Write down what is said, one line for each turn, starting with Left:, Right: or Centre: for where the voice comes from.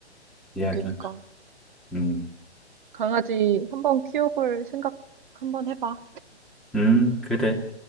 Centre: 이야기.
Right: 그러니까,
Centre: 음,
Right: 강아지 한번 키워볼 생각 한번 해봐.
Centre: 음, 그래.